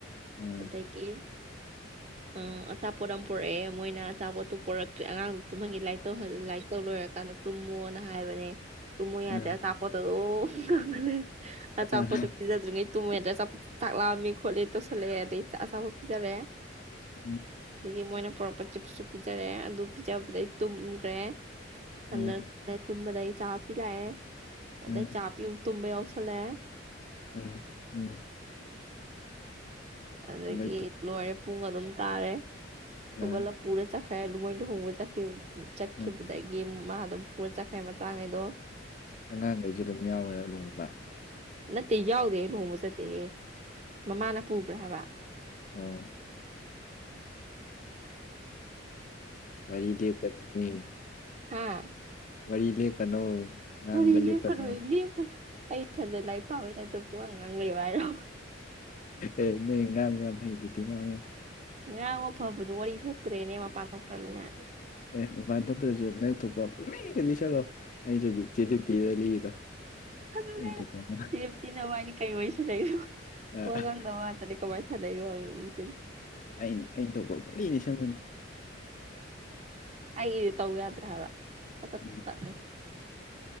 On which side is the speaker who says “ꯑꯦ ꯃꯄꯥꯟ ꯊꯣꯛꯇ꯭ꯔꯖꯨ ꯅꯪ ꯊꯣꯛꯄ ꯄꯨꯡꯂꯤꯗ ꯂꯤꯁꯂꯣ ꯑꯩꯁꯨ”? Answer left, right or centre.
Left